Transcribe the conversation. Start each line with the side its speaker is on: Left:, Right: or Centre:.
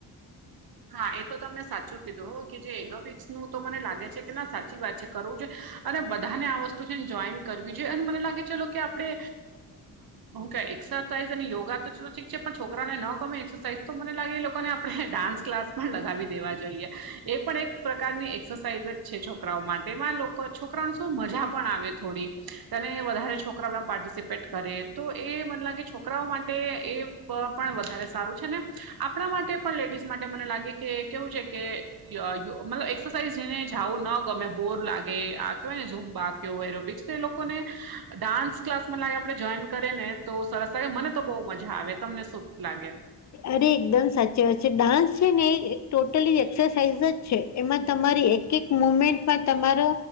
Right: હા એ તો તમને સાચું કીધું હો કે જે એરોપિક્સ નું તો મને લાગે છે કે ના સાચી વાત છે. કરવું જો, અને બધાને આ વસ્તુ છેને જોઈન કરવી જોઈએ અને મને લાગે ચલો કે આપણે. હું ક એક્સરસાઇઝ અને યોગા તો છોલો ીક છે પણ છોકરાને ન ગમે એક્સરસાઇઝ તો મને લાગે એ લોકોને આપણે ડાન્સ ક્લાસ પણ લગાવી દેવા જોઈએ, એ પણ એક પ્રકારની એક્સરસાઇઝ જ છે છોકરાઓ માટેમાં લોકો છોકરાઓને શું મજા પણ આવે થોડી. તેને વધારે છોકરાઓમાં પાર્ટિસિપેટ કરે તો એ મને લાગે છોકરાઓ માટે એ પણ વધારે સારું છે ને આપણા માટે પણ લેડીઝ માટે મને લાગે કે કેવું છે કે મતલબ એક્સરસાઇઝ જેને જાવું ના ગમે બોર લાગે આ કેહેવાય ને ઝૂમ બા કેવો એ બીજ તે એ લોકો ને. ડાન્સ ક્લાસ માં લાગે આપે જોઈન કરીએ ને તો સરસ લાગે મને તો બહુ મજા આવે તમને સુખ લાગે.
Left: અરે એકદમ સાચી વાત છે ડાન્સ છે ને ટોટલી એક્સરસાાઈઝ જ છે એમાં તમારી એક એક મુમેન્ટમાં તમારો